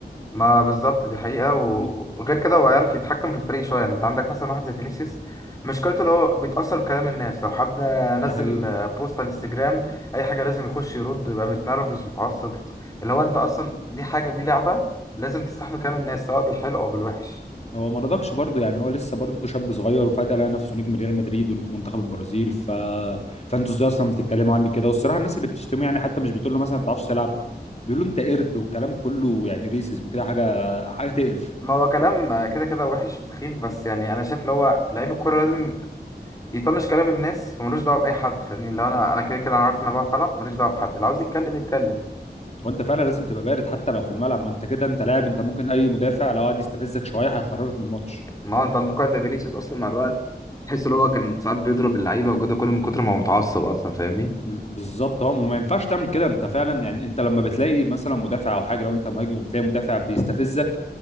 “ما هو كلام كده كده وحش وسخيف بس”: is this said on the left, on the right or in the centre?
Left